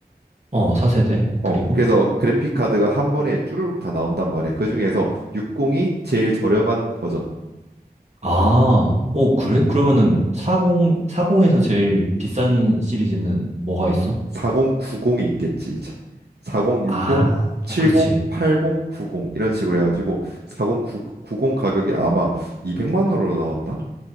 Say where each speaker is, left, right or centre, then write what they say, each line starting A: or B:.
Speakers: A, on the right (about 40°); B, on the right (about 80°).
A: 어, 4세대?
B: 어,
A: 그리고?
B: 그래서 그래픽 카드가 한 번에 쭈루룩 다 나온단 말이야. 그 중에서 60이 제일 저렴한 버전.
A: 아, 오,
B: 어,
A: 그래? 그러면은 40, 사공에서 제일 비싼 시리즈는 뭐가 있어?
B: 4090이 있겠지, 이제. 40, 60,
A: 아,
B: 70,
A: 그렇지.
B: 80, 90 이런 식으로 해가지고 4090 가격이 아마 200만 원으로 나왔나?